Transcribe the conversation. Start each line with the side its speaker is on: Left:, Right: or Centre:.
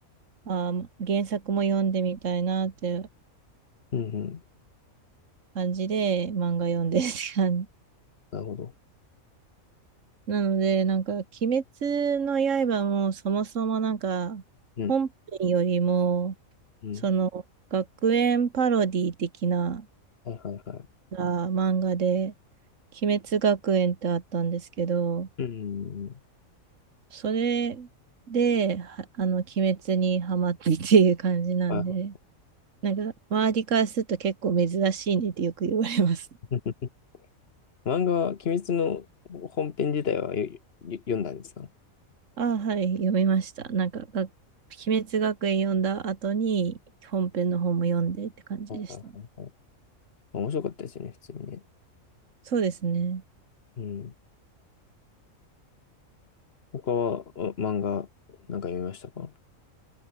Right: あー、原作も読んでみたいなって
Left: うんうん。
Right: 感じで漫画読んでるって感じ
Left: なるほど。
Right: なので、なんか、鬼滅の刃もそもそもなんか、
Left: うん、
Right: 本編よりも、
Left: うん。
Right: その、学園パロディ的な
Left: はいはいは
Right: あ漫画で、鬼滅学園ってあったんですけど、
Left: い。うん。
Right: それで、はあの、鬼滅にハマってっていう感じなんで、
Left: はいは
Right: なんか、周りからすると結構珍しいねってよく言われます。<laughs>
Left: い。<laughs> 漫画は、鬼滅の本編自体はよよ読んだんですか
Right: ああ、はい、読みました。なんか、が鬼滅学園読んだ後に、本編の方も読んでって感じでした。
Left: はいはいはいはい。面白かったですよね、普通にね。
Right: そうですね。
Left: うん。他は、あ漫画、なんか読みましたか